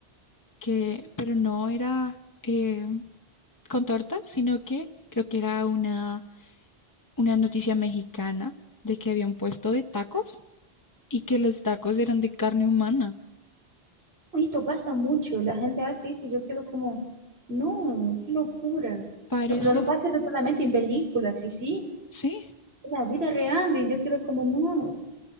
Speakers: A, on the left; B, on the right.
A: que, pero no era eh, con torta, sino que creo que era una, una noticia mexicana de que había un puesto de tacos y que los tacos eran de carne humana.
B: esto pasa mucho, la gente hace esto, yo quedo como, no, qué locura.
A: Parece,
B: No, no, no pasa esto solamente en películas, sí, sí,
A: sí,
B: en la vida real y yo quedo como, no,